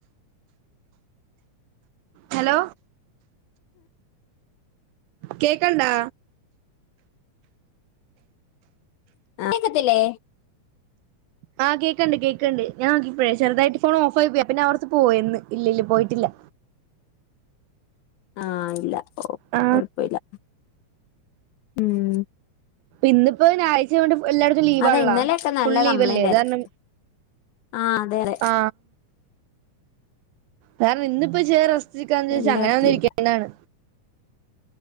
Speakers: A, on the right; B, on the left.
A: ഹലോ കേക്കണ്ടാ
B: കേക്കത്തില്ലേ
A: ആഹ് കേക്കണ്ട് കേക്കണ്ട് ഞാൻ നോക്കി ഇഴേ ചെറുതായിട്ട് ഫോൺ ഓഫായി പോയി പിന്നെ അവിടുത്ത് പോയിന്ന് ഇല്ലല്ല പോയിട്ടില്ല
B: ആഹ ഇല്ല ഓ
A: ആ
B: കൊഴപ്പമില്ല ഉം
A: ഇന്ന ഇപ്പോ ഞായറാ്ച വേണ്ട എല്ലായിടത്തും ലീവള്ള
B: അതെ ഇന്നലെയൊക്കെ നല്ല
A: ഫുൾ ലീവ്ല്ലേതാരണം
B: കംപ്ലൈന്റ് ആയിരുന്നു ആ അതെ അതെ
A: ആ കാരണം ഇന്നിപ്പോ ചേറ ാന്ന്
B: എല്ലായിടത്തും
A: ചദാ അങ്ങനെ വന്നിരിക്കേതാണ്
B: ഉണ്ട്